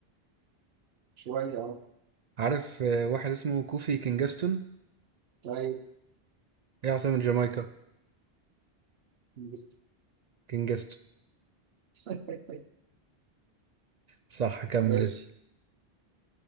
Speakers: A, on the right (about 70°); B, on the right (about 55°).
A: شوية اه
B: عارف آه، واحد اسمه كوفي كينجستون
A: طيب
B: ايه عاصمة جامايكا
A: بس.
B: كينجستون
A: <laughs>
B: صح كمل
A: ماشي
B: اسم